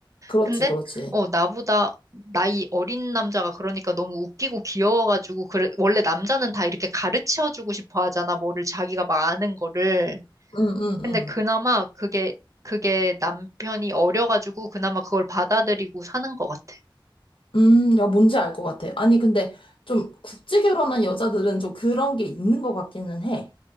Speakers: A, on the left (about 80°); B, on the right (about 40°).
A: 그렇지,
B: 근데,
A: 그렇지.
B: 어, 나보다 나이 어린 남자가 그러니까 너무 웃기고 귀여워가지고, 그래, 원래 남자는 다 이렇게 가르쳐주고 싶어 하잖아, 뭐를 자기가 막 아는 거를.
A: 응응
B: 근데
A: 음.
B: 그나마 그게, 그게 남편이 어려가지고 그나마 그걸 받아들이고 사는 것 같아.
A: 음, 야, 뭔지 알 것 같아. 아니, 근데 좀 국제 결혼한 여자들은 좀 그런 게 있는 것 같기는 해.